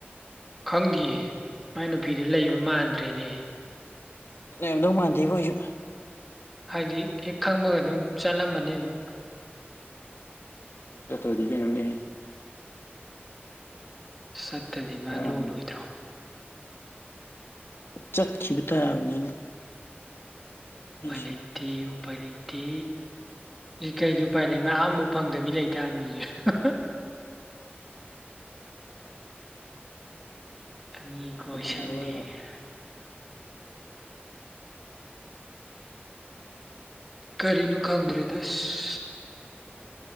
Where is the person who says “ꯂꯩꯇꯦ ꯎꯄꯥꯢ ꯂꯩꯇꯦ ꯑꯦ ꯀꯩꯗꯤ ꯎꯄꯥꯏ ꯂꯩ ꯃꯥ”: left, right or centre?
Centre